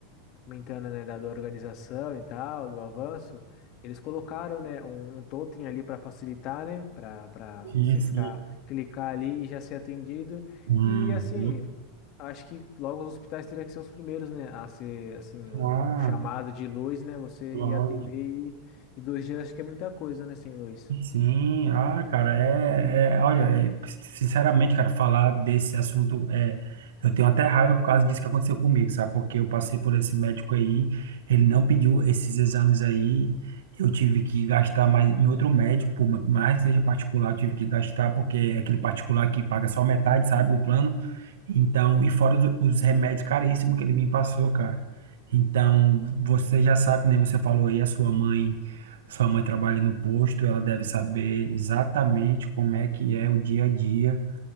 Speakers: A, on the left (about 50°); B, on the right (about 75°).
A: comentando, né, da, da organização e tal, do avanço, eles colocaram, né, um, um totem ali para facilitar, né, para para
B: sim,
A: você
B: sim.
A: ficar, clicar ali e já ser atendido.
B: Uhum.
A: E assim, acho que logo os hospitais teriam que ser os primeiros, né, a ser, assim, um,
B: Ah,
A: um chamado de luz, né, você
B: claro.
A: ir atender e, e dois dias acho que é muita coisa, né, sem luz.
B: Sim, ah, cara, é, é- olha, é, sinceramente, cara, falar desse assunto é, eu tenho até raiva por causa disso que aconteceu comigo, sabe? Porque eu passei por esse médico aí, ele não pediu esses exames aí, eu tive que gastar mais em outro médico, por mais que seja particular, eu tive que gastar porque é aquele particular que paga só metade, sabe, o plano. Então, e fora os, os remédios caríssimos que ele me passou, cara. Então, você já sabe, né? Você falou aí a sua mãe sua mãe trabalha no posto, ela deve saber exatamente como é que é o dia a dia